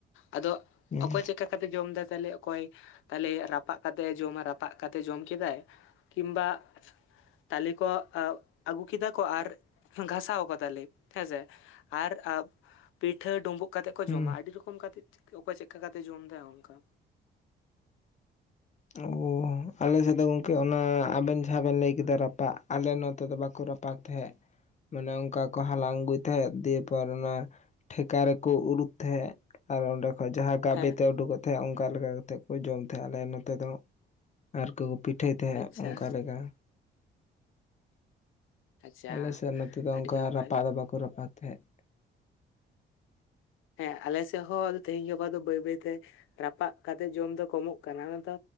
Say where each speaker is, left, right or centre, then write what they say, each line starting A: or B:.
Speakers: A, on the left (about 85°); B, on the left (about 35°).
A: ᱟᱫᱚ
B: ᱦᱩᱸ
A: ᱚᱠᱚᱭ ᱪᱮᱫᱠᱟ ᱠᱟᱛᱮ ᱡᱚᱢᱫᱟᱭ ᱛᱟᱞᱮ, ᱚᱠᱚᱭ ᱛᱟᱞᱮ ᱨᱟᱯᱟᱜ ᱠᱟᱛᱮᱜ-ᱮ ᱡᱚᱢᱟ, ᱨᱟᱯᱟᱜ ᱠᱟᱛᱮ ᱡᱚᱢ ᱠᱮᱫᱟᱭ᱾ ᱠᱤᱢᱵᱟ ᱛᱟᱞᱮ ᱠᱚ ᱟ ᱟᱹᱜᱩ ᱠᱮᱫᱟ ᱠᱚ ᱟᱨ ᱜᱷᱟᱥᱟᱣ ᱟᱠᱚ ᱛᱟᱞᱮ, ᱦᱮᱸᱥᱮ? ᱟᱨ ᱟᱯ ᱯᱤᱴᱷᱟᱹ, ᱰᱩᱸᱵᱩᱜ᱾ ᱠᱟᱛᱮᱫ ᱠᱚ
B: ᱦᱩᱸ
A: ᱡᱚᱢᱟ, ᱟᱹᱰᱤ ᱨᱚᱠᱚᱢ ᱠᱟᱛᱮᱫ ᱚᱠᱚᱭ ᱪᱮᱫᱠᱟ ᱠᱟᱛᱮᱜ ᱡᱚᱢ ᱮᱫᱟᱭ ᱚᱱᱠᱟ।
B: ᱚ ᱟᱞᱮ ᱥᱮᱫ ᱫᱚ ᱜᱚᱢᱠᱮ ᱚᱱᱟ ᱟᱵᱮᱱ ᱡᱟᱦᱟᱸ ᱵᱮᱱ ᱞᱟᱹᱭ ᱠᱮᱫᱟ ᱨᱟᱯᱟᱜ᱾ ᱟᱞᱮ ᱱᱚᱛᱮ ᱫᱚ ᱵᱟᱠᱚ ᱨᱟᱯᱟᱜ ᱛᱟᱦᱮᱸᱫ। ᱢᱟᱱᱮ ᱚᱱᱠᱟ ᱠᱚ ᱦᱟᱞᱟᱝ ᱟᱹᱜᱩᱭ ᱛᱟᱦᱮᱸᱫ ᱫᱤᱭᱮ ᱯᱚᱨ ᱚᱱᱟ ᱴᱷᱮᱠᱟ ᱨᱮᱠᱚ ᱩᱨᱩᱫ ᱛᱟᱦᱮᱸᱜ ᱟᱨ ᱚᱸᱰᱮ ᱠᱷᱚᱡ ᱡᱟᱦᱟᱸ ᱜᱟᱵᱮᱛᱮ
A: ᱦᱮᱸ
B: ᱩᱰᱩᱠᱚᱜ ᱛᱟᱦᱮᱸᱫ ᱚᱱᱠᱟ ᱞᱮᱠᱟ ᱠᱟᱛᱮᱫ ᱠᱚ ᱡᱚᱢ ᱛᱟᱦᱮᱸᱫ ᱟᱞᱮ ᱱᱚᱛᱮ ᱫᱚ। ᱟᱨ ᱠᱚᱠᱚ ᱯᱤᱴᱷᱟᱹᱭ ᱛᱟᱦᱮᱸᱫ
A: ᱟᱪᱪᱷᱟ
B: ᱚᱱᱠᱟ ᱞᱮᱠᱟ᱾
A: ᱟᱪᱪᱷᱟ
B: ᱟᱞᱮ ᱥᱮᱫ ᱱᱚᱛᱮ ᱫᱚ
A: ᱟᱹᱰᱤ
B: ᱚᱱᱠᱟ
A: ᱱᱟᱯᱟᱭ
B: ᱨᱟᱯᱟᱜ ᱫᱚ ᱵᱟᱠᱚ ᱨᱟᱯᱟᱜ ᱛᱟᱦᱮᱸᱫ᱾
A: ᱦᱮᱸ ᱟᱞᱮ ᱥᱮ ᱦᱚᱸ ᱟᱫᱚ ᱛᱮᱦᱤᱧ ᱜᱟᱯᱟ ᱫᱚ ᱵᱟᱹᱭ ᱵᱟᱹᱭᱛᱮ ᱨᱟᱯᱟᱜ ᱠᱟᱛᱮ ᱡᱚᱢ ᱫᱚ ᱠᱚᱢᱚᱜ ᱠᱟᱱᱟ, ᱚᱱᱟᱛᱚ